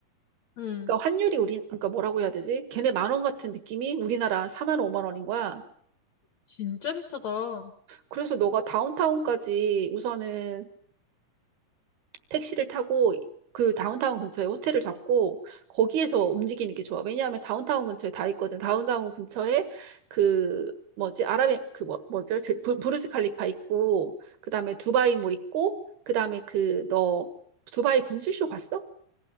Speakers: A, on the left; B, on the right.
A: 음,
B: 그러니까 환율이 우리, 그러니까 뭐라고 해야 되지? 걔네 만 원 같은 느낌이 우리나라 4만 원, 5만 원인 거야.
A: 진짜 비싸다.
B: 그래서 너가 다운타운까지 우선은 택시를 타고 그 다운타운 근처에 호텔을 잡고 거기에서 움직이는 게 좋아. 왜냐하면 다운타운 근처에 다 있거든. 다운타운 근처에 그 뭐지? 아랍의 그 뭐, 뭐지? 제- 부- 부르즈 칼리파 있고 그다음에 두바이몰 있고 그다음에 그 너 두바이 분수쇼 봤어?